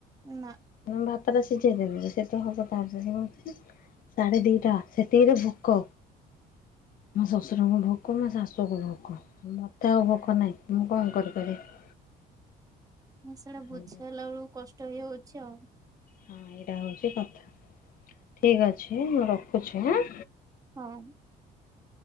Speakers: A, on the right (about 20°); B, on the left (about 55°).
A: ନା।
B: ମାନେ ଭାତଟା ସିଝେଇ ଦେବି ଯେ ସେତ ହବ ତାପରେ କେମିତି ସାଢେ ଦିଟା ସେତିକିରେ ଭୋକ ମୋ ଶ୍ଵଶୁରଙ୍କୁ ଭୋକ୍ କୋ ମୋ ଶାଶୁକୁ ଭୋକ ମତେ ଆଉ ଭୋକ ନାହିଁ। ମୁଁ କଣ କରିପାରିବି?
A: ମୁଁ ସେଇଟା ବୁଝେଇଲା
B: ହଁ
A: ବେଳକୁ କଷ୍ଟ ହେଇଯାଉଛି ଆଉ।
B: ହଁ ଏଇଟା ହଉଚି କଥା। ଠିକ୍ ଅଛି ମୁଁ ରଖୁଛି ହାଁ।
A: ହଁ।